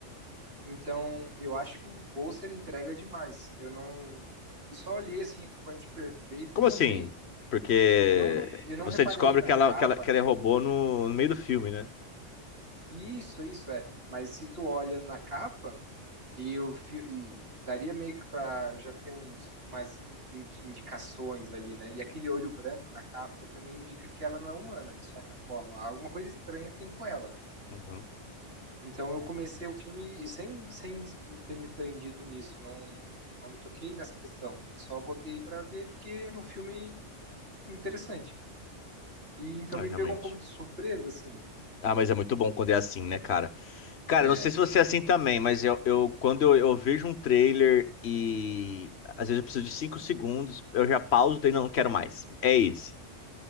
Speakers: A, on the right (about 55°); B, on the left (about 60°).
A: Então, eu acho que o pôster entrega demais. Eu não. eu só olhei assim, acompanhante perfeito
B: Como
A: e botei.
B: assim? Porque
A: Eu não, eu não
B: você
A: reparei
B: descobre
A: na
B: que
A: capa.
B: ela, que ela, que ela é robô no, no meio do filme, né?
A: Isso, isso é. Mas se tu olha na capa, e eu fi- e daria meio que pra já ter uns, umas in- indicações ali, né? E aquele olho branco na capa também indica que ela não é humana, de certa forma. Alguma coisa estranha tem com ela.
B: Uhum.
A: Então eu comecei o filme sem, sem ter me prendido nisso, não, não me toquei nessa questão. Eu só botei pra ver porque era um filme interessante. E então
B: É,
A: me
B: realmente.
A: pegou um pouco de surpresa, assim.
B: Ah, mas é muito bom quando é assim, né, cara? Cara,
A: É.
B: eu não sei se você é assim também, mas eu, eu quando eu, eu vejo um trailer e às vezes eu preciso de 5 segundos, eu já pauso e não, não quero mais. É isso.